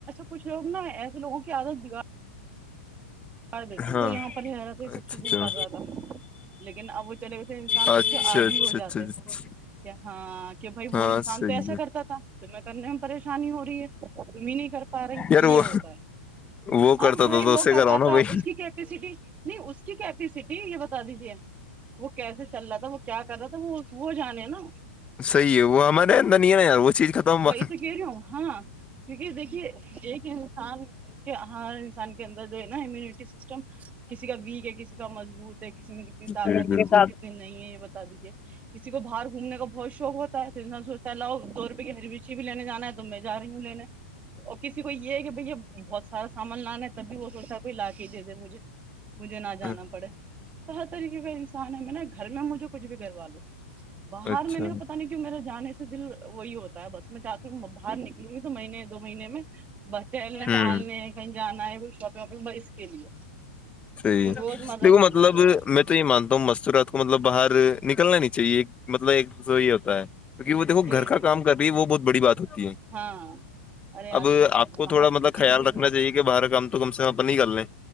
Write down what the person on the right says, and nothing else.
کچھ لو نا ایسے لگوں کی عادت بگا کر دیتے ہیں
جو یہاں پر رہ رہا تھا
یہ سب چیزیں
کر رہا تھا لیکن اب وہ چلے گئے تھے انسان
اس کے آدھی
ہو
جاتے
کہ ہاں کہ بھائی وہ
انسان
تو ایسا
کرتا تھا تو میں کرنے میں پریشانی ہوی ہے تمیں نہیں کر پا رہے
یہ ہوتا ہے
اب بھائی
وہ
کرتا
تھا
اس کی کیپیسٹی نہیں اس کیپیسٹی یہ بتا دیجیے وہ کیسے چل رہا تھا وہ کیا کر رہا تھا وہ وہ جانے نا
وہی
تو کہہ رہی ہ ہاں کیونکہ دیکھیے ایک انسان کے ہر انسان کے اندر جو امیونٹی سسٹم کسی کا ویک ہے کسی کا مضبوط ہے کسی میں کتنی طاقت
ہے کسی میں کتنی نہیں ہے یہ بتا دیجیے کسی کو باہر گھومنے کا بہت شوق ہوتا ہے تو انسان سوچتا ہے لو دو روپئے کی ہری مرچی بھی لینے جانا ہے تم نہیں جا رہی ہو لینے اور کسی کو یہ ہے کہ بھ بہت سارا سامان لانا ہے تب بھی وہ سوچتا ہے کوئی لا کے ہی دے دے مجھے مجھے نہ جانا
پڑے تو ہر طریقے کا انسان ہے میں نے گھر میں مجھے کچھ بھی کروا لو باہر
میں نے کا پتا نہیں جو میرا جانے سے دل وہی ہوتا ہے بس میں چاہتی ہوں باہر نکلوں گی تو مہینے دو مہینے میں بس ٹہلنے
ٹہلنے کہیں جانا ہے کھ شاپنگ واپنگ ب اس کے لیے
یہ
روز مرہ
کے لیے
مت دوہراؤ
جی
ہاں ارے آج
کل
کہاں
سمجھتے
لوگ
یہ